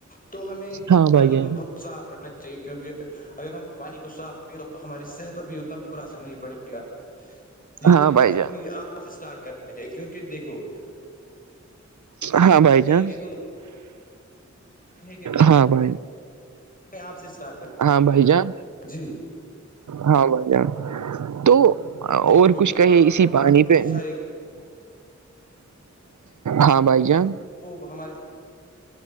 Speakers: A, on the left; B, on the right.
A: تو ہمیں
B: ہاں
A: پانی
B: بھائی جان
A: کو بہت صاف رکھنا چاہیے کیونکہ اگر ہم پانی کو صاف ریں تو ہماری صحت پر بھی اتنا برا اثر نہیں پڑے گا <inaudible> یہ
B: ہاں
A: ہمیں
B: بھائی
A: اپنی
B: جان
A: آپ اسٹارٹ کرنا کیونکہ دیکھو
B: ہاں بائی
A: کریں
B: چانس
A: گے تو ہے کہ
B: ہاں بائی <inaudible>
A: میں آپ سے اسٹارٹ کر
B: ہاں بھائی جان
A: جی
B: ہاں بھائی جان تو
A: دیکھو
B: اور کچھ
A: جو
B: کہے اسی
A: وہ ہمارے
B: پانی
A: بہت
B: پہ
A: سارے
B: ہاں بھائی جان
A: وہ ہمارے